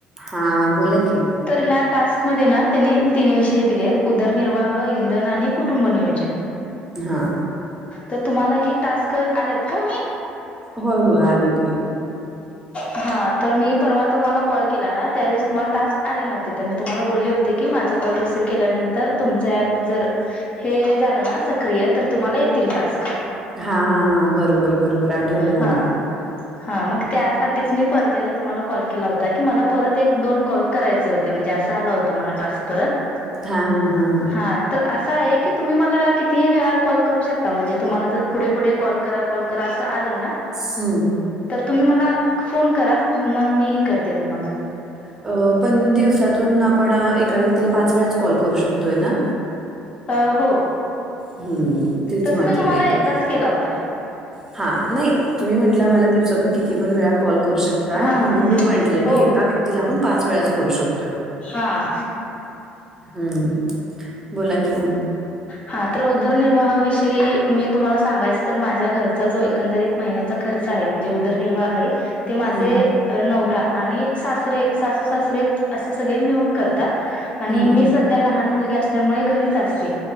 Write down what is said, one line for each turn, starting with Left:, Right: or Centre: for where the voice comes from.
Right: हा... बोला की
Left: तर ह्या टास्कमध्ये ना... त्यांने तीन विषय दिले आहेत. उदरनिर्वाह, इंधन आणि कुटुंब नियोजन <inaudible>
Right: हां.
Left: तर तुम्हाला हे टास्क आलेत का?
Right: होय होय आलंत की
Left: हा... तर मी परवा तुम्हाला कॉल केला ना... त्यावेळेस तुम्हाला टास्क आले नव्हते तर मी तुम्हाला बोलले होते की.... माझा कॉल रिसीव्ह केल्यानंतर.. तुमच ऍप जर हे झालं ना... सक्रिय.. तर तुम्हाला येतील टास्क
Right: हा हा हा... बरोबर बरोबर... आठवलं
Left: हा
Right: मला
Left: हा मग त्यासाठी तेच मी परत एकदा तुम्हाला कॉल केला होता... की मला परत एक दोन कॉल करायचे होते... म्हणजे असं आला होतं मला टास्क. परत
Right: हा हा हा हा.
Left: हा.... तर असं आहे की... तुम्ही मला कितीही वेळा कॉल करू शकता... म्हणजे तुम्हाला जर फूढे फूढे कॉल करा... हा कॉल करा असं आलं ना
Right: हम्म.
Left: तर तुम्ही मला फोन करा.. मग मी ही करते तुम्हाला
Right: अ... पण दिवसातून आपण एका व्यक्तीला पाच वेळच कॉल करू शकतोय ना?
Left: अं... हो.
Right: हम्म... तीच
Left: तसं
Right: म्हटलं
Left: मी तुम्हाला
Right: एक
Left: एकदाच
Right: <unintelligible>
Left: केला होता
Right: हा नाही तुम्ही म्हंटला मला दिवसातून किती पण वेळा कॉल करू शकता
Left: हा
Right: म्हणून
Left: हा
Right: मी म्हंटल
Left: हो
Right: की एका व्यक्तीला पण पाच वेळाच करू शकतोय.
Left: हां
Right: हम्म बोला की मग.
Left: हा तर उदरनिर्वाहाविषयी मी तुम्हाला सांगायच तर माझ्या घरचा जो एकंदरीत महिन्याचा खर्च आहे म्हणजे उदरनिर्वाह आहे. ते माझे
Right: हम्म
Left: नवरा आणि सासरे सासू सासरे असे सगळे मिळून करतात. आणि
Right: हम्म
Left: मी सध्या लहान मुलगी असल्यामुळे घरीच असते